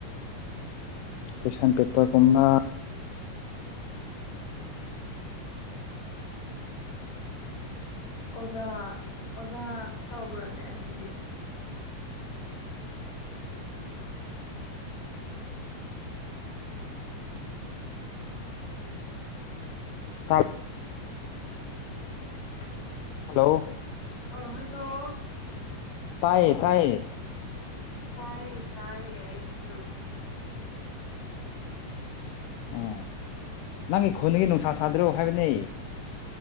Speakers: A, on the left (about 80°); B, on the left (about 55°).
A: ꯀ꯭ꯋꯁꯟ ꯄꯦꯄꯔꯒꯨꯝꯕ
B: ꯑꯣꯖꯥ ꯑꯣꯖꯥ ꯇꯧꯕ꯭ꯔꯣꯅꯦ ꯑꯗꯨꯗꯤ
A: ꯇꯞ
B: <unintelligible>
A: ꯍꯜꯂꯣ
B: ꯑ ꯍꯜꯂꯣ
A: ꯇꯥꯏꯌꯦ ꯇꯥꯏꯌꯦ
B: ꯇꯌꯦ ꯇꯥꯌꯦꯌꯦ ꯑꯩꯁꯨ
A: ꯑꯥ ꯅꯪꯒꯤ ꯈꯨꯣꯟꯗꯒꯤ ꯅꯨꯡꯁꯥ ꯁꯥꯗ꯭ꯔꯣ ꯍꯥꯏꯕꯅꯦ